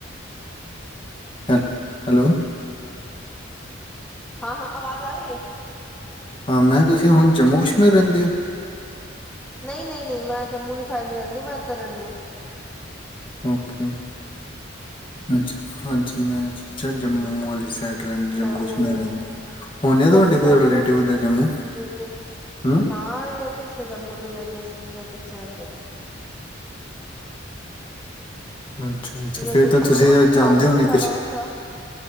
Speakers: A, on the left (about 25°); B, in the centre.
A: ਹੈਲ, ਹੈਲੋ।
B: ਹਾਂ-ਹਾਂ ਆਵਾਜ਼ ਆ ਰਹੀ ਏ?
A: ਹਾਂ, ਮੈਂ ਤੁਸੀਂ ਹੁਨ ਜੰਮੂ ਕਸ਼ਮੀਰ ਰਹਿੰਦੇ ਹੋ?
B: ਨਹੀਂ, ਨਹੀਂ, ਨਹੀਂ ਮੈਂ ਜੰਮੂ ਦੀ ਸਾਈਡ ਨੀ ਰਹਿੰਦੀ ਮੈਂ ਇੱਧਰ ਰਹਿਨੀ ਆਂ।
A: ਓਕੇ। ਅੱਛਾ ਅੱਛਾ, ਮੈਂ ਸੋਚਿਆ
B: ਹਾਂ
A: ਜੰਮੂ
B: ਹੂੰ
A: ਵਾਲੀ ਸਾਈਡ ਰਹਿੰ ਜੰਮੂ
B: ਨਹੀਂ
A: ਕਸ਼ਮੀਰ
B: ਨਹੀਂ ਨਹੀਂ
A: ਰਹਿੰਦੇ, ਹੋਨੇ ਤੁਹਾਡੇ
B: ਜੰਮੂ ਸਾਈਡ
A: ਕੋਈ
B: ਸਾਡੇ
A: ਰਿਲੇਟਿਵ ਉਦ ਜੰਮੂ,
B: ਰਿਲੇਟਿਵਸ
A: ਹੈਂ?
B: ਹਾਂ ਰਿਲੇਟਿਵਸ ਨੇ <unintelligible> ਰਿਲੇਟਿਵਸ ਰਹਿੰਦੇ ਨੇ।
A: ਅੱਛਾ ਅੱਛਾ
B: ਰਿਲੇਟਿਵ
A: ਫਿਰ ਤਾਂ ਤੁਸੀਂ
B: ਉਹਦੇ
A: ਤਾਂ
B: ਘਰ
A: ਜਾਣਦੇ
B: ਹੀ ਇੰਨਾ
A: ਹੋਣੇ
B: ਪਿਆਰਾ
A: ਕੁਛ
B: ਹੁੰਦਾ ਐ,